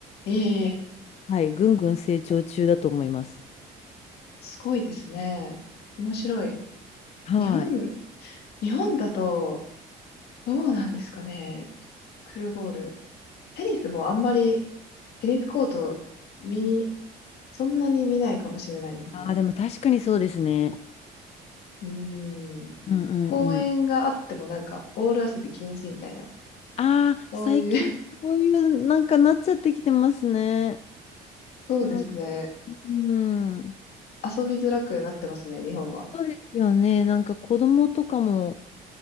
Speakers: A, on the left; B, on the left.
A: ええ
B: はい、ぐんぐん成長中だと思います。
A: すごいですね。面白い。
B: はい。
A: 日本、日本だと、どうなんですかね。クルーボール。テニスもあんまり、テニスコート、見、そんなに見ないかもしれないですね。
B: ああ、でも確かにそうですね。
A: うーん。
B: うんうんうん。
A: 公園があってもなんか、ボール遊び禁止みたいな。
B: ああ、
A: そういう
B: 最近そういうなんかなっちゃってきてますね。
A: <laughs> そうですね。
B: なんか、うん。
A: 遊びづらくなってますね、日本は。
B: そうですよね。なんか子供とかも